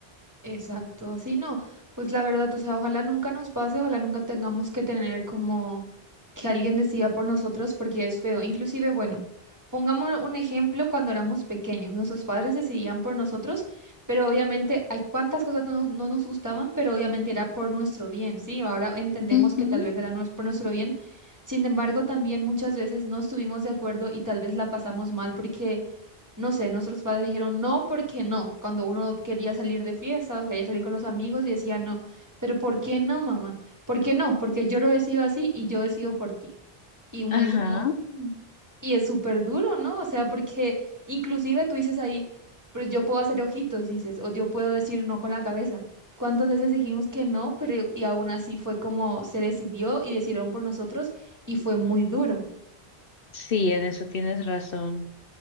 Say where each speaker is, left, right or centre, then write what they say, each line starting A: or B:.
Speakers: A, on the right (about 15°); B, on the left (about 65°).
A: Exacto, sí, no, pues la verdad, o sea, ojalá nunca nos pase, ojalá nunca tengamos que tener como que alguien decida por nosotros porque es feo. Inclusive, bueno, pongamos un ejemplo cuando éramos pequeños, nuestros padres decidían por nosotros, pero obviamente hay cuantas cosas no, no nos gustaban, pero obviamente era por nuestro bien, ¿sí? Ahora entendemos
B: Ujú.
A: que tal vez era nues- por nuestro bien. Sin embargo, también muchas veces no estuvimos de acuerdo y tal vez la pasamos mal porque no sé, nuestros padres dijeron no, porque no? Cuando uno quería salir de fiesta o quería salir con los amigos y decía no. Pero ¿por qué no, mamá? ¿Por qué no? Porque yo lo decido así y yo decido por ti. Y uno
B: Ajá,
A: dice como, "Mm". y es súper duro, ¿no? O sea, porque inclusive tú dices ahí, pero yo puedo hacer ojitos, dices, o yo puedo decir no con la cabeza. ¿Cuántas veces dijimos que no, pero y aún así fue como se decidió y decidieron por nosotros y fue muy duro.
B: sí, en eso tienes razón.